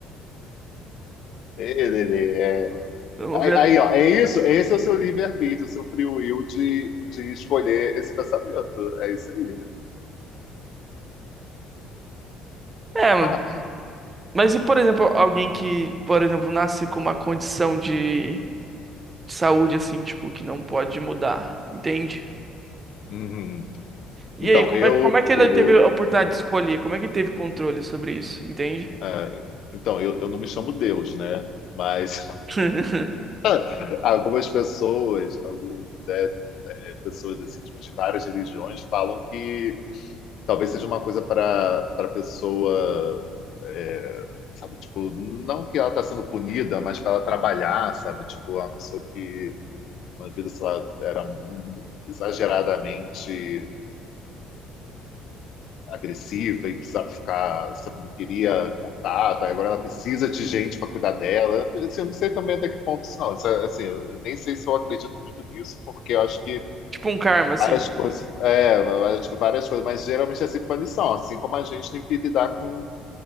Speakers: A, on the left; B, on the right.
A: Ele é.
B: Vamos
A: Aí,
B: ver.
A: aí,
B: <laughs>
A: ó, é isso. Esse é o seu livre-arbítrio, o seu free will de, de escolher esse pensamento. É isso aí. <laughs>
B: É,
A: Ah,
B: mas e, por exemplo, alguém que, por exemplo, nasce com uma condição de saúde, assim, tipo, que não pode mudar, entende?
A: uhum.
B: E
A: Então,
B: aí, como
A: eu.
B: é, como é que
A: o-
B: ele teve a oportunidade
A: o-
B: de escolher? Como é que ele teve controle sobre isso, entende?
A: é, então, eu, eu não me chamo Deus, né? Mas
B: <laughs>
A: <laughs> algumas pessoas, algumas, né, é, pessoas assim, tipo, de várias religiões falam que talvez seja uma coisa para para pessoa é, sabe tipo não que ela está sendo punida mas para ela trabalhar sabe tipo uma pessoa que uma vida sei lá era exageradamente agressiva e precisava ficar sabe não queria contato aí agora ela precisa de gente para cuidar dela assim, eu não sei também até que ponto isso não isso, é, assim eu nem sei se eu acredito muito nisso porque eu acho que
B: Tipo um karma, assim.
A: várias coisas é eu acho que várias coisas mas geralmente é assim punição assim como a gente tem que lidar com